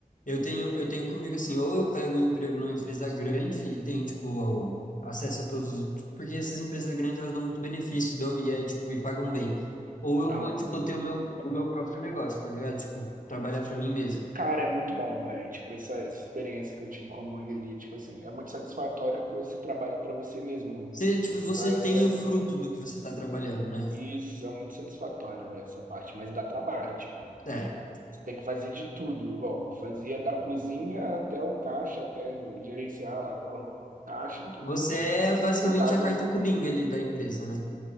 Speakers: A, on the left (about 65°); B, on the right (about 70°).
A: Eu tenho, eu tenho comigo assim, ou eu pego um emprego numa empresa grande e tenho, tipo, o- acesso a todos. Porque essas empresas grandes, elas dão muito benefício dão- e, é, tipo, e pagam bem. Ou eu
B: <laughs>
A: vou, tipo, ter o meu, o meu próprio negócio, tá ligado? Tipo, trabalhar pra mim mesmo.
B: Cara, é muito bom, velho. Tipo, essa, essa experiência que eu tive com a hamburgueria, tipo assim, é muito satisfatória porque você trabalha pra você mesmo, né?
A: Você, tipo,
B: Você
A: você
B: vai,
A: tem
B: vai.
A: o fruto do que você tá trabalhando, né?
B: Isso, é muito satisfatório, velho, essa parte. Mas dá trabalho, tipo.
A: É.
B: Você tem que fazer de tudo, igual. Eu fazia da cozinha até o caixa, até gerenciar o, o caixa, tudo,
A: Você
B: entendeu?
A: é basicamente
B: Cuidado,
A: a carta coringa ali da empresa, né?